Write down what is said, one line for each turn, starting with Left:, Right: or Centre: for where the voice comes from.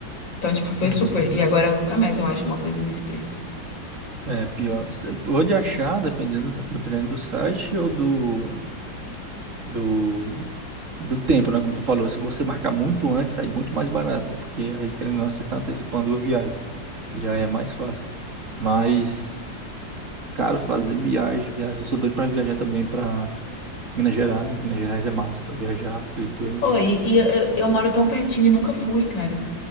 Left: Então, tipo, foi
Right: Uhum.
Left: super. E agora nunca mais eu acho uma coisa nesse preço.
Right: É, pior. Você pode achar, dependendo, da- dependendo do site ou do, do, do tempo, né? Como tu falou, se você marcar muito antes, sai muito mais barato, né? porque aí, querendo ou não, você tá antecipando a viagem. E aí é mais fácil. Mas Cara, fazer viagem, viagem. Eu sou doido pra viajar também pra Minas Gerais. Minas Gerais é massa pra viajar, acredito eu.
Left: Oi, e, e eu, eu moro tão pertinho e nunca fui, cara.